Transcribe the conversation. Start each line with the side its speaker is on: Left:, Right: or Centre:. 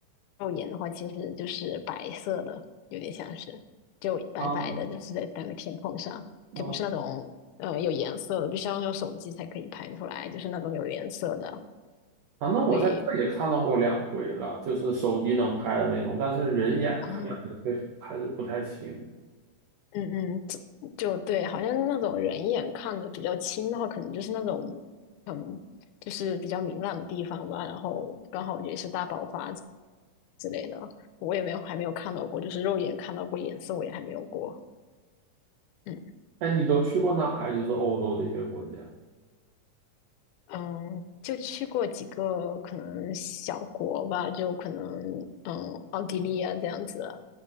Left: 肉眼的话，其实就是白色的，有点像是就白白的，
Right: 啊
Left: 就是在那个天空上，就不是那种呃有颜色的，
Right: 啊
Left: 必须要用手机才可以拍出来，就是那种有颜色的，
Right: 啊！那我在这儿也看到过两回了，
Left: 所以。
Right: 就是手机能拍的那种，但是人眼看还是会还是不太清。
Left: 哦，嗯嗯，就就对，好像那种人眼看的比较清的话，可能就是那种，嗯，就是比较明朗的地方吧。然后刚好也是大爆发之类的，我也没有还没有看到过，就是肉眼看到过颜色，我也还没有过。嗯
Right: 哎，你都去过哪呀？就是欧洲这些国家，
Left: 嗯，就去过几个可能小国吧，就可能嗯奥地利啊这样子，